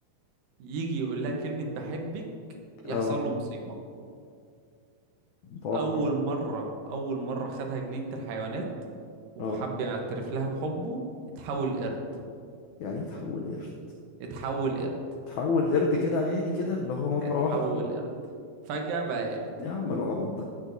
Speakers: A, on the right (about 70°); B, on the left (about 85°).
A: يجي يقول لها كلمة بحبك يحصل
B: اه
A: له مصيبة
B: متوقع
A: اول مره اول مره خدها جنينه الحيوانات وحب
B: اه
A: يعترف لها بحبه اتحول قرد
B: يعني ايه تحول قرد
A: اتحول قرد
B: تحول قرد كده عادي كده اللي هو مرة
A: اتحول
B: واحدة
A: قرد فجاه بقى قرد
B: يا عم العبط ده